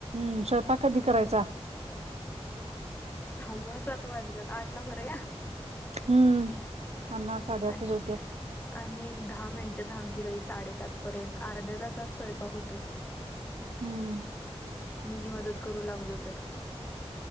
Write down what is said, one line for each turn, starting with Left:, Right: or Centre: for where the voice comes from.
Right: हम् स्वयंपाक कधी करायचा?
Left: सव्वा सात वाजल्यात आठला करुया.
Right: हम्म. अण्णा
Left: आणि
Right: जेवत्यात.
Left: आणि एक दहा मिनटं थांब की कि बाई साडेसात पर्यंत अर्ध्या तासात स्वयंपाक होतोय.
Right: हम्म,
Left: मीही मदत करू लागलो तर